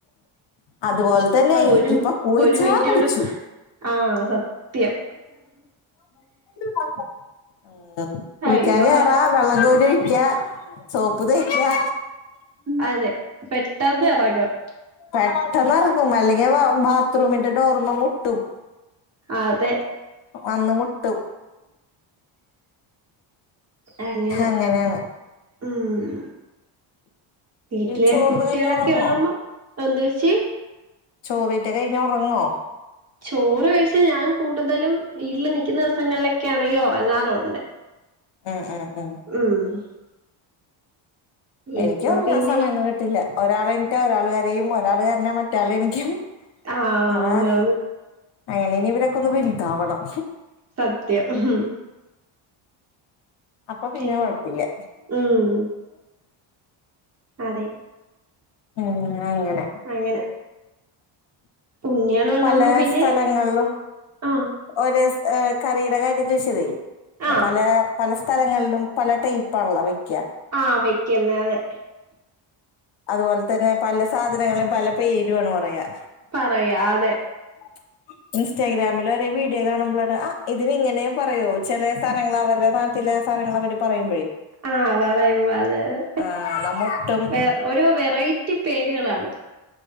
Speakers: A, on the left (about 60°); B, on the right (about 30°).
A: അതുപോലെ തന്നെ
B: ഒരു
A: ഇപ്പൊ കുളിച്ചാ
B: ഒരു മിനിറ്റ്
A: കുളിച്ചു.
B: കൊണ്ട് ആഹ് സത്യം.
A: <unintelligible> ആഹ് കുളിക്കാൻ
B: അയ്യോ
A: കേറാ വെള്ളം കോരി ഒഴിക്ക്യാ സോപ്പ് തേക്ക്യാ
B: അതെ പെട്ടെന്ന് ഇറങ്ങും.
A: പെട്ടെന്നെറങ്ങും അല്ലെങ്കിൽ വാ ബാത്റൂമിന്റെ ഡോറിമ്മെ മുട്ടും.
B: അതെ
A: വന്ന് മുട്ടും.
B: അങ്ങനെ
A: അങ്ങനെയാണ്
B: ഉം. വീട്ടിലെ
A: ഈ ചോർന്ന്
B: കുട്ടിയേളൊക്കെ
A: കഴിഞ്ഞ ഉറങ്ങോ
B: ഉള്ളമ്പം എന്തോച്ചി
A: ചോറീറ്റ കഴിഞ്ഞാ ഉറങ്ങോ?
B: ചോറ് കഴിച്ചാ ഞാൻ കൂടുതലും വീട്ടിൽ നിക്കുന്ന ദിവസങ്ങളിലൊക്കെ ആണെങ്കി ഒറങ്ങാറുണ്ട്.
A: ഉം ഉം ഉം.
B: ഉം
A: എനിക്ക്
B: ഇപ്പം
A: ഉറങ്ങാൻ
B: പിന്നെ
A: സമയൊന്നും കിട്ടില്ല. ഒരാൾ എണീറ്റാ ഒരാൾ. കരയും ഒരാൾ കരഞ്ഞാ മറ്റേയാൾ എണീക്കും.
B: ആന്ന്
A: <unintelligible> അങ്ങനെ ഇനി ഇവരൊക്കെ ഒന്ന് വൽതാവണം.
B: സത്യം ഉംഹും.
A: അപ്പൊ പിന്നെ
B: അയ്യോ
A: കുഴപ്പില്ല്യ.
B: ഉം അതെ.
A: ഉം അങ്ങനെ.
B: അങ്ങനെ ഉണ്ണിയാള് ഉള്ളമ്പോ
A: പലേ
B: പിന്നെ
A: സ്ഥലങ്ങളിലും
B: ആഹ്
A: ഒരേ സ് ഏഹ് കറിയുടെ കാര്യം ചോദിച്ചതേ
B: ആഹ്
A: പലേ പല സ്ഥലങ്ങളിലും പല ടൈപ്പാണല്ലോ വെക്ക്യാ.
B: ആന് വെക്ക്യുന്നെ അതെ.
A: അതുപോലെ തന്നെ പല സാധനങ്ങളേം പല പേരു ആണ് പറയാ.
B: പറയാ അതെ.
A: <inaudible> ഇൻസ്റ്റാഗ്രാമിൽ ഒരേ വീഡിയോ കാണുമ്പ്ളൊക്കെ ആഹ് ഇതിനിങ്ങനെയും പറയോ. ചെലേ സ്ഥലങ്ങൾ അവര്ടെ നാ ചില സാധനങ്ങൾ അവര് പറയുമ്പോഴേ
B: ആഹ് പറയുമ്പോ അതെ അതെ
A: ആ നമ്മൊട്ടും
B: വേറെ ഓരോ വെറൈറ്റി പേരുകളാണ്